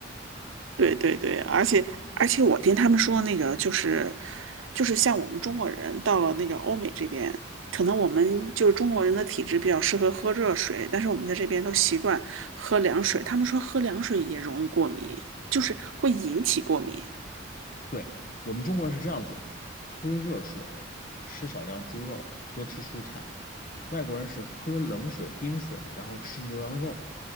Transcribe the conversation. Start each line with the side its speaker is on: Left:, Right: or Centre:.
Right: 对对对，而且而且我听他们说那个就是就是像我们中国人到了那个欧美这边，可能我们就是中国人的体质比较适合喝热水，但是我们在这边都习惯喝凉水。他们说喝凉水也容易过敏，就是会引起过敏。
Left: 对，我们中国人是这样子，喝热水，吃少量猪肉，多吃蔬菜。外国人是喝冷水、冰水，然后吃牛羊肉。